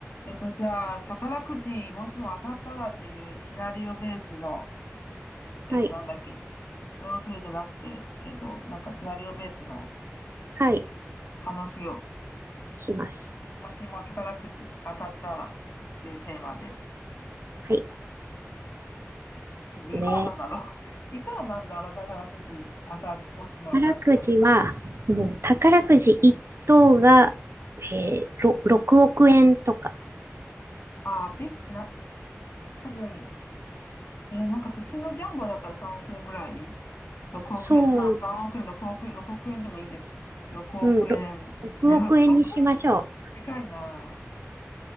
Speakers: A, on the left (about 55°); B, on the right (about 55°).
A: えっと、じゃあ、宝くじ、もしも当たったらっていうシナリオベースの、えっと、
B: はい。
A: なんだっけ、ロールプレイじゃなくて、えっと、なんかシナリオベースの
B: はい。
A: 話を、
B: します。
A: もしも宝くじ当たったらっていうテーマで、
B: はい。ですね。
A: いくらなんだろう <laughs> いくらなんだろう宝くじ当た、もしも当たったって
B: 宝くじは、うん、宝くじ一等が、えー、ろ6億円とか。
A: すあー、び、な、多分、えーなんか普通のジャンボだったら3億円ぐらい ?6
B: そう、
A: 億円。まあ3億円、6億円、6億円でもいいです。6億円。
B: うん、ろ6億円にしましょ
A: <laughs> 6億円、でかいな。